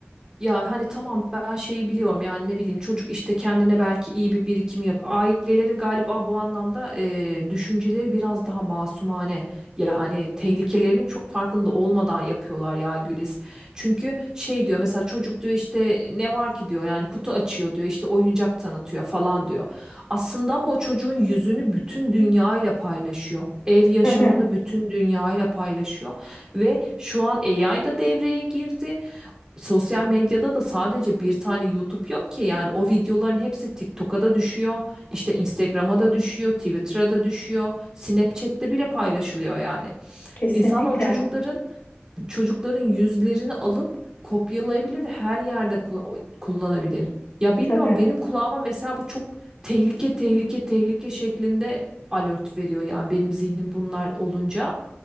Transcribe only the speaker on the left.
Tabii,
kesinlikle.
Tabii,